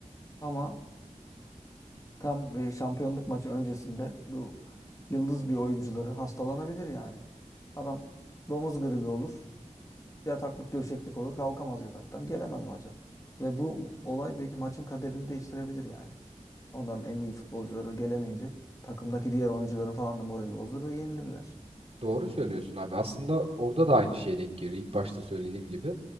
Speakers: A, on the left; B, on the right.
A: Ama tam e, şampiyonluk maçı öncesinde bu yıldız bir oyuncuları hastalanabilir yani. Adam domuz gribi olur. Yataklık döşeklik olur. Kalkamaz yataktan. Gelemez maça. Ve bu olay belki maçın kaderini değiştirebilir yani. Onların en iyi futbolcuları gelemeyince takımdaki diğer oyuncuların falan da morali bozulur ve yenilirler.
B: Doğru söylüyorsun abi. Aslında orada da aynı şeye denk geliyor. İlk başta söylediğim gibi.